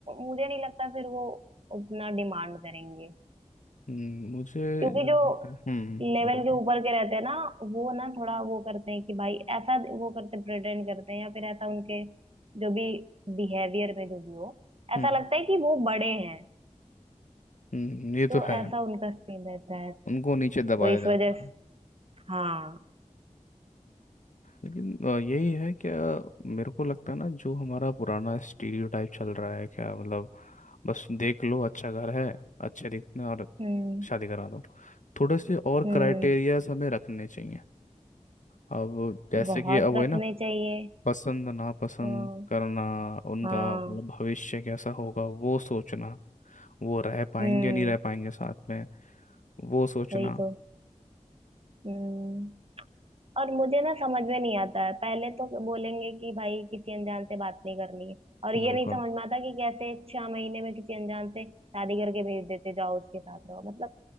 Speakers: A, on the right (about 50°); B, on the left (about 80°).
A: मुझे नहीं लगता फिर वो उतना डिमांड करेंगे
B: हम्म, मुझे
A: क्योंकि
B: जो
A: जो
B: लगता है- हम्म
A: लेवल
B: मतलब
A: के
B: तो
A: ऊपर के रहते हैं ना वो ना थोड़ा वो करते हैं कि भाई ऐसा वो करते प्रेटेंड करते हैं या फिर ऐसा उनके जो भी बिहेवियर में जो भी हो ऐसा
B: हम्म
A: लगता है कि वो बड़े हैं
B: हम्म, ये तो
A: तो
B: है
A: ऐसा उनका सीन रहता है
B: उनको नीचे
A: तो
B: दबाया
A: इस
B: जाता
A: वजह से
B: है
A: हाँ
B: लेकिन अ, यही है क्या मेरे को लगता है ना जो हमारा पुराना स्टीरियोटाइप चल रहा है क्या मतलब बस देख लो अच्छा घर है अच्छे दिखते हैं और
A: हम्म
B: शादी करा दो थोड़े से और
A: हम्म
B: क्राइटेरियाज हमें रखने चाहिए अब जैसे
A: बहुत
B: कि अब वही
A: रखने
B: ना
A: चाहिए
B: पसंद नापसंद
A: हाँ
B: करना उनका
A: हाँ
B: मतलब भविष्य कैसा होगा वो सोचना वो रह पाएंगे
A: हम्म
B: या नहीं रह पाएंगे साथ में वो सोचना
A: वही तो हम्म और मुझे ना समझ में नहीं आता है पहले तो बोलेंगे कि भाई किसी अनजान से बात नहीं करनी है और ये
B: बिल्कुल
A: नहीं समझ में आता कि कैसे छह महीने में किसी अनजान से शादी करके भेज देते जाओ उसके साथ रहो मतलब